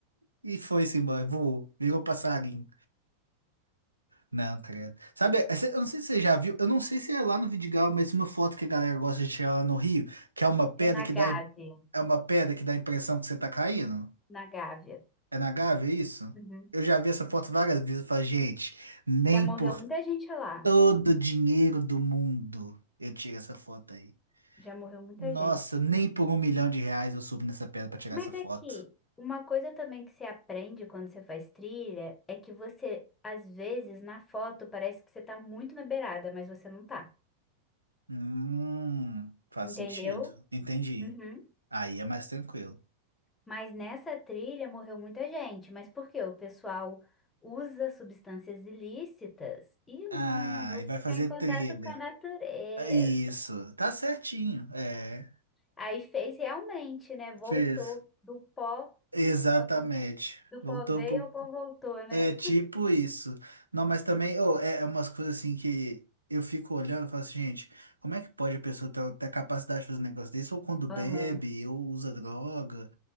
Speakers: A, on the right (about 80°); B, on the left (about 15°).
A: E foi-se embora, voou, virou passarinho. Não, credo. Sabe, essa- eu não sei se você já viu, eu não sei se é lá no Vidigal, mas uma foto que a galera gosta de tirar lá no Rio, que é uma pedra
B: É na
A: que
B: Gávea,
A: dá, é uma pedra que dá a impressão que você tá caindo.
B: na Gávea.
A: É na Gávea, é isso?
B: Uhum.
A: Eu já vi essa foto várias vezes e falo, gente, nem
B: Já morreu
A: por
B: muita gente lá.
A: todo o dinheiro do mundo eu tiro essa foto aí.
B: Já morreu muita
A: Nossa,
B: gente.
A: nem por um milhão de reais eu subo nessa pedra pra tirar
B: Mas
A: essa foto.
B: é que uma coisa também que você aprende quando você faz trilha é que você, às vezes, na foto parece que você tá muito na beirada, mas você não tá.
A: Hum, faz
B: Entendeu?
A: sentido. Entendi.
B: Uhum.
A: Aí é mais tranquilo.
B: Mas nessa trilha morreu muita gente. Mas por quê? O pessoal usa substâncias ilícitas e,
A: Ah,
B: hum, vou
A: e
B: ficar
A: vai fazer
B: em contato
A: trilha.
B: com a natureza.
A: Isso, tá certinho. É,
B: Aí fez realmente, né? Voltou
A: fez.
B: do pó.
A: Exatamente.
B: ó, como que é? Do
A: Voltou
B: pó veio,
A: pro.
B: o pó voltou, né?
A: É tipo isso. Não, mas também ô, é, é umas coisas assim que eu fico olhando e falo assim, gente, como é que pode a pessoa ter, ter a capacidade de fazer um negócio desse? Ou quando bebe,
B: Aham.
A: ou usa droga,